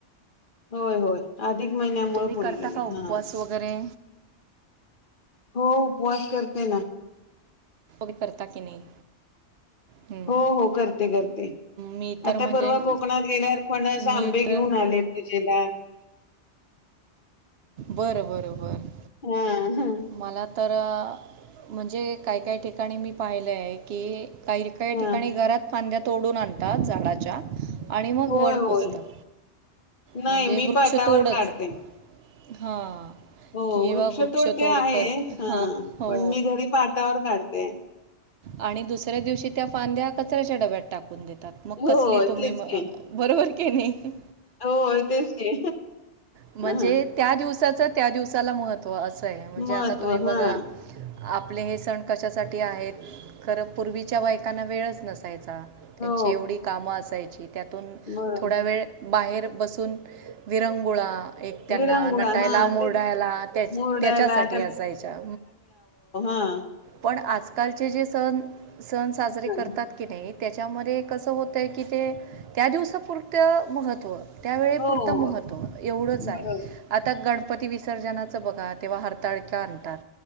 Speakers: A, on the left; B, on the right.
A: होय होय अधिक महिन्या मुळ
B: तुम्ही
A: पुढ
B: करता
A: गेली
B: का उपवास
A: हा.
B: वगैरे
A: हो उपवास करते ना
B: उपवास करता की नाही? हम्म.
A: हो हो करते, करते.
B: मी तर
A: आता
B: म्हणजे
A: परवा कोकणात गेल्यावर फणस
B: मी
A: आंबे घेऊन
B: तर
A: आले पूजेला
B: बरं बरं बरं.
A: हा हा.
B: मला तर म्हणजे काही काही ठिकाणी मी पाहिलं आहे की काही काही
A: हा
B: ठिकाणी घरात पांद्या तोडून आणतात झाडाच्या. आणि मग
A: होय
B: वड
A: होय
B: पुजतात
A: नाही
B: म्हणजे
A: मी
B: वृक्ष
A: पाटावर
B: तोडच
A: काढते
B: हा.
A: हो
B: किव्हा
A: वृक्षतोड
B: वृक्ष
A: ते
B: तोड
A: आहेच
B: करत हा हो.
A: पण मी घरी पाटावर काढते
B: आणि दुसऱ्या दिवशी त्या फांद्या कचऱ्याच्या डब्यात टाकून देता. मग
A: होय
B: कसली तुम्ही
A: तेच की
B: बरोबर की नाही.
A: होय, तेच की.
B: म्हणजे
A: हां, हां.
B: त्या दिवसाच त्या दिवसाला महत्व अस आहे म्हणजे
A: महत्त्व
B: आता तुम्ही बघा.
A: हां.
B: आपले हे सण कशासाठी आहेत खरं पूर्वीच्या बायकांना वेळच नसायचा. त्यांची
A: हो,
B: एवढी कामं असायची त्यातून
A: बरोबर
B: थोडा वेळ बाहेर बसून विरंगुळा एक त्यांना
A: विरंगुळा
B: नटायला
A: हां,
B: मोरडायला
A: तेच
B: त्याच
A: मुरडायला
B: त्याच्यासाठी असायच्या
A: हा.
B: पण आजकालचे जे सण सण साजरे
A: हां,
B: करतात की नाही त्याच्यामध्ये कसं होतय की ते त्या दिवसापुरतं महत्त्व त्यावेळी
A: हो,
B: पुरतं
A: हो.
B: महत्त्व एवढंच
A: बरोबर.
B: आहे आता गण पती विसर्जनाचं बघा तेव्हा हरताळक्या आणतात